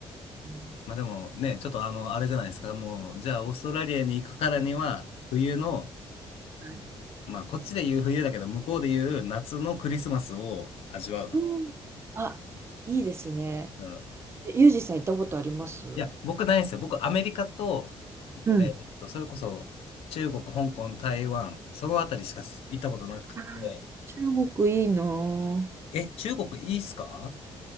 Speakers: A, on the right; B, on the left.
A: うん
B: まあでもね、ちょっとあの、あれじゃないですか。もう、じゃあ、オーストラリアに行くからには、冬の、
A: はい。
B: まあ、こっちで言う冬だけど、向こうで言う夏のクリスマスを味わう。
A: うんあ、いいですね。
B: うん。
A: えユージさん行ったことあります
B: いや、僕ないんですよ。僕、アメリカと、
A: うん。
B: えーっと、それこそ、中国、香港、台湾、そのあたりしか行ったことなくて。
A: あー中国いいな。
B: え、中国いいっすか